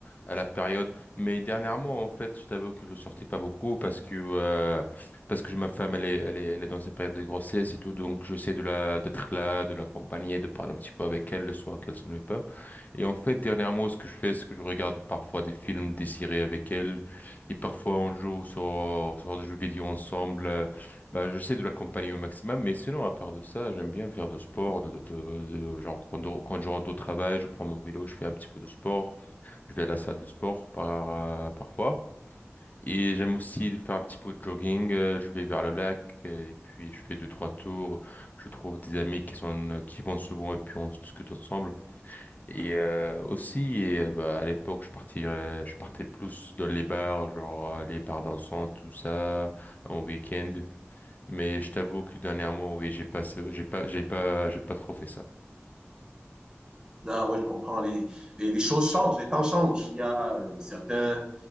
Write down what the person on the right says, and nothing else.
Ah ouais, je comprends. Les, les, les choses changent, les temps changent. Il y a euh, certains,